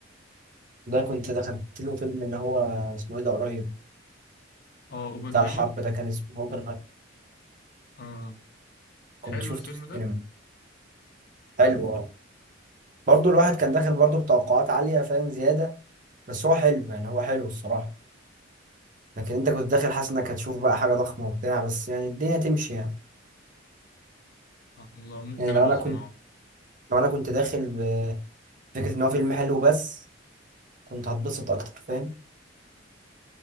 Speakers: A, on the right; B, on the left.
A: ده كنت دخلت له فيلم اللي هو اسمه ايه ده قريب
B: اه اوبنهايمر
A: بتاع الحرب ده كان اسمه اوبن
B: آه
A: كنت
B: حلو
A: شفته
B: الفيلم
A: في السينما
B: ده؟
A: حلو اه برضه الواحد كان داخل برضه بتوقعات عالية فاهم زيادة بس هو حلو يعني هو حلو الصراحة لكن انت كنت داخل حاسس انك هتشوف بقى حاجة ضخمة وبتاع بس يعني الدنيا تمشي يعني
B: آه الله ممكن
A: يعني لو
B: أبقى
A: انا
B: أسمعه
A: كنت لو انا كنت داخل بفكرة ان هو فيلم حلو بس كنت هتبسط اكتر فاهم